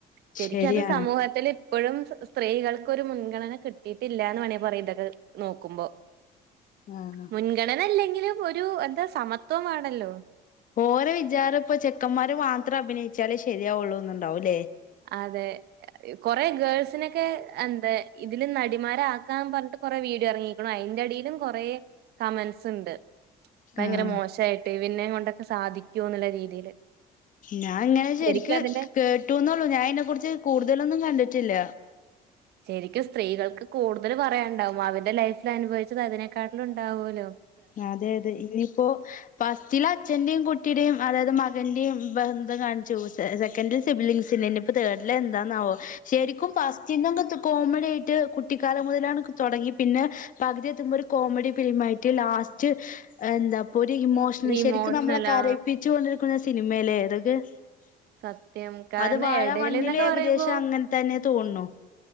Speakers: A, on the right; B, on the left.
A: ശരിക്കത്
B: ശരിയാണ്
A: സമൂഹത്തില് ഇപ്പോഴും സ്ത്രീകൾക്കൊരു മുൻഗണന കിട്ടിയിട്ടില്ലാന്ന് വേണെങ്കിൽ പറയ ഇതൊക്കെ നോക്കുമ്പോൾ
B: ആഹ്
A: മുൻഗണനല്ലെങ്കിലും ഒരു എന്താ സമത്വം വേണല്ലോ
B: ഓരെ വിചാരം ഇപ്പം ചെക്കന്മാര് മാത്രം അഭിനയിച്ചാലേ ശരിയാവുള്ളൂന്ന്ണ്ടാവൂല്ലേ
A: അതെ കൊറെ ഗേൾസിനൊക്കെ എന്താ ഇതില് നടിമാരാക്കാന്ന് പറഞ്ഞിട്ട് കൊറെ വീഡിയോ ഇറങ്ങി ക്ക്ണ് അയിന്റെ അടിയിലും കൊറേ കമന്റ്സ്ണ്ട് ഭയങ്കര
B: ആഹ്
A: മോശായിട്ട് ഇവര്ന്നെയും കൊണ്ടൊക്കെ സാധിക്കൂ എന്നുള്ള രീതിയില്
B: ഞാൻ ഇങ്ങനെ ശരിക്ക്
A: ശരിക്കും അതിന്റെ
B: കേട്ടുന്നൊള്ളു ഞാൻ അതിനെ കുറിച്ച് കൂടുതലൊന്നും കണ്ടിട്ടില്ല
A: ശരിക്കും സ്ത്രീകൾക്ക് കൂടുതൽ പറയാണ്ടാവും അവരുടെ ലൈഫിൽ അനുഭവിച്ചത് അതിനെക്കാട്ടിലും ഉണ്ടാവുല്ലോ
B: അതെ അതെ ഇനിയിപ്പോ ഫസ്റ്റില് അച്ഛന്റെയും കുട്ടിയുടെയും അതായത് മകന്റെയും ബന്ധം കാണിച്ചു സെക്കൻഡിൽ സിബ്ലിംഗസിന്റെ തേഡില് എന്താന്നാവോ ശരിക്കും ഫസ്റ്റ്ങ്ങന്ന് കോമഡി ആയിട്ട് കുട്ടിക്കാലം മുതലാണ് തോടങ്ങി പിന്നെ പകുതി എത്തുമ്പോ ഒരു കോമഡി ഫിലിം ആയിട്ട് ലാസ്റ്റ് എന്താപ്പോ ഒരു ഇമോ
A: ഒരു
B: ഉം ശെരിക്ക്
A: ഇമോഷണൽ
B: നമ്മളെ കരയിപ്പിച്ചോണ്ടിരിക്ക്ണൊരു
A: ആ
B: സിനിമേലെ <unintelligible>
A: സത്യം കാരണം
B: അത് വാഴ
A: എടേല്ന്നൊക്കെ
B: വണ്ണിലേകദേശം
A: പറയുമ്പോ
B: അങ്ങൻ തെന്നെ തോൺണു.